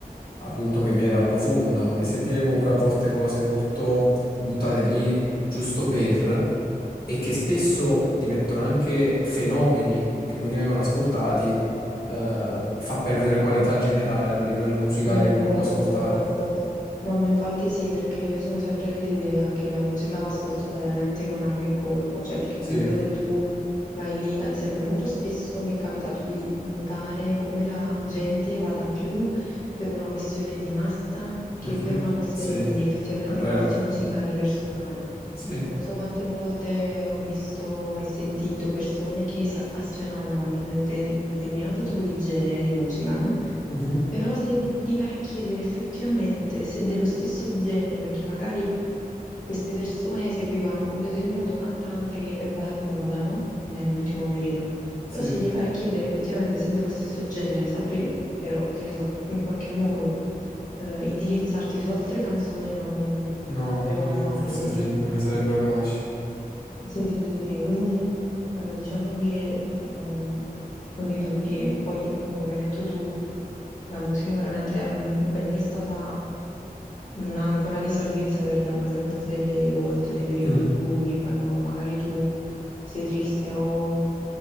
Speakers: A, on the left; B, on the left.
A: appunto che viene dal profondo e sentire comunque a volte cose molto buttate lì giusto per e che spesso diventano anche fenomeni che quindi vengono ascoltati, eh, fa perdere qualità generale a livello musicale
B: Sì, è
A: che uno
B: vero,
A: può ascoltare.
B: sono d'accordo. No, ma infatti sì, perché io sono sempre dell'idea che la musica va ascoltata veramente con anima e corpo, cioè perché
A: Sì,
B: comunque se tu vai lì, ad esempio, molto spesso mi è capitato di notare come la gente vada più per una questione di massa
A: Mhm.
B: che per una questione
A: Sì,
B: di effettivamente
A: è vero.
B: gusti musicali personali.
A: Sì,
B: Non so quante volte ho visto e sentito persone che si appassionavano ad un de- determinato tipo di genere di musica, no?
A: Mhm.
B: Però se gli vai a chiedere effettivamente se è dello stesso genere, perché magari queste persone seguivano un determinato cantante che va di moda, no? Nell'ultimo periodo.
A: Sì,
B: Però se gli vai a chiedere effettivamente se è dello stesso genere, saprei però, che ne so, in qualche modo eh, indirizzarti su altre canzoni non
A: no,
B: sapevano
A: non ne-
B: fare.
A: forse
B: Quindi,
A: sì, non ne sarebbero capaci.
B: sì, sì, sì, sì. Quindi eh, diciamo che ehm, condivido appieno. Poi, eh, come hai detto tu, la musica veramente ehm, per me è stata un'ancora di salvezza per la maggior parte delle volte, dei periodi
A: Mm.
B: bui, quando magari tu sei triste o